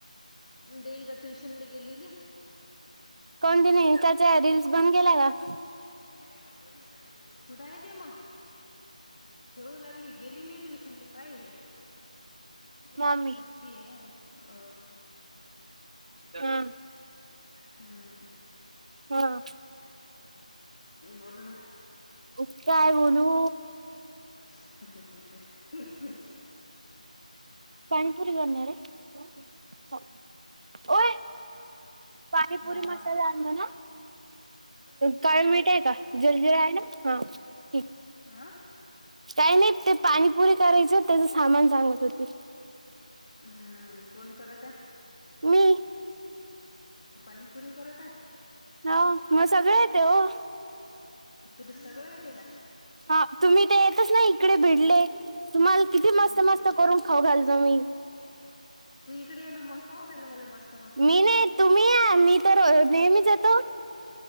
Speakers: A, on the left (about 45°); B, on the right (about 55°).
A: देविका ट्युशनला गेली ना.
B: काहून तिने इन्स्टाच्या रील्स बंद केल्या का?
A: <unintelligible> घरीच आहे ते. कुठं हाय ते मग? खेळू लागली, गेली नाही ट्युशनले? काही <unintelligible>
B: मम्मी
A: सूट ते अ
B: आं..
A: हम्म.
B: हा.
A: बोल ना.
B: उप काय बोलू?
A: ह ह ह ह.
B: पाणीपुरी करणार आहे, हो. ओय पाणीपुरी
A: हा
B: मसाला आणलं ना? काळन मीठ आहे का जलजीरा आहे ना? हा. ठीक.
A: आ.
B: काही नाही ते पाणीपुरी करायचं त्याच सामान सांगत होते.
A: हम्म कोण करत आहे
B: मी
A: पाणीपुरी करत आहे.
B: हो मला सगळे येते हो.
A: तुला सगळं येतं का.
B: हा, तुम्ही इते येतच नाही इकडे बीडले, तुम्हाला किती मस्त
A: बले
B: मस्त करून खाऊ घालतो मी.
A: तू इकडे ये ना मग खाऊ घायले मले मस्त. मस्त.
B: मी नाही येत तुम्ही या मी तर नेहमीच येतो.